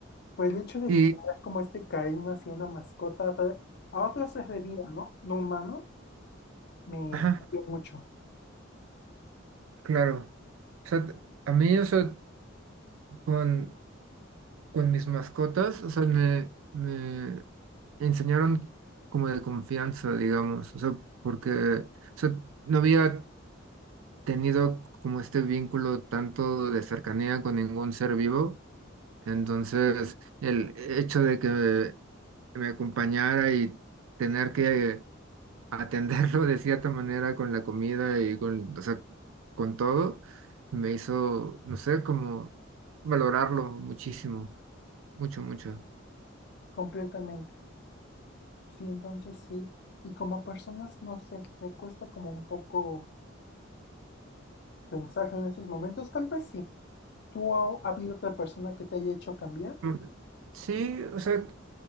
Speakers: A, on the left; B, on the right.
A: Por el hecho de
B: Y,
A: generar como este cariño hacia una mascota, a otra- a otros seres de vida, ¿no? No humano, me
B: ajá,
A: cambió mucho,
B: claro. O sea, t- a mí, o sea, con, con mis mascotas, o sea, me, me enseñaron como de confianza, digamos, o sea, porque, o sea, no había tenido como este vínculo tanto de cercanía con ningún ser vivo, entonces el hecho de que que me acompañara y tener que atenderlo de cierta manera con la comida y con, o sea, con todo, me hizo, no sé, como valorarlo muchísimo, mucho, mucho.
A: completamente. Sí, entonces sí. Y como personas, no sé, me cuesta como un poco pensar en esos momentos, tal vez sí. ¿Tú ha, ha habido otra persona que te haya hecho cambiar?
B: Mm, Sí, o sea,